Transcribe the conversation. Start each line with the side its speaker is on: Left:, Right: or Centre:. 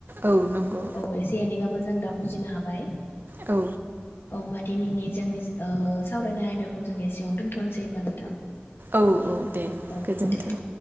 Right: औ नंगौ
Left: औ एसे एनैबाबो जों दा बुजिनो हाबाय।
Right: औ।
Left: अ ओमबा दिनैनि जोंनि ओ सावरायनाय आयदाखौ जों एसेयावनो दोन्थनोसै होमबा नोंथां।
Right: औ औ दे
Left: औ
Right: गोजोन्थों।
Left: दे।